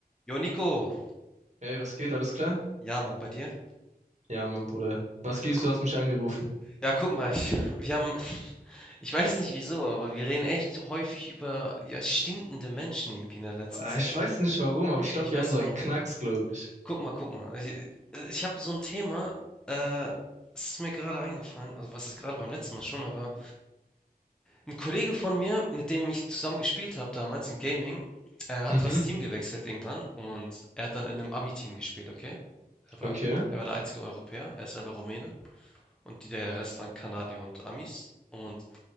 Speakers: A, in the centre; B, on the right.
A: Jo, Nico.
B: Hey, was geht? Alles klar?
A: Ja, Mann, bei dir?
B: Ja, mein Bruder. Was gibst
A: Gu-
B: du? Hast mich angerufen.
A: Ja, guck mal, ich, wir haben, <laughs> ich weiß nicht wieso, aber wir reden echt so häufig über ja, stinkende Menschen irgendwie in der letzten
B: Ah,
A: Zeit
B: Ich
A: und
B: weiß nicht warum, aber ich glaube,
A: ich
B: wir
A: weiß
B: haben so
A: auch
B: einen
A: nicht.
B: Knacks, glaube ich.
A: Guck mal, guck mal. Ich, ich habe so ein Thema, äh, es ist mir gerade eingefallen, also was ist gerade beim letzten Mal schon, aber ein Kollege von mir, mit dem ich zusammen gespielt habe damals in Gaming, äh, hatte
B: Mhm,
A: das Team gewechselt irgendwann und er hat dann in einem Ami-Team gespielt, okay? Er war,
B: okay.
A: er war der einzige Europäer, er ist selber Rumäne. Und die, der Rest waren Kanadier und Amis. Und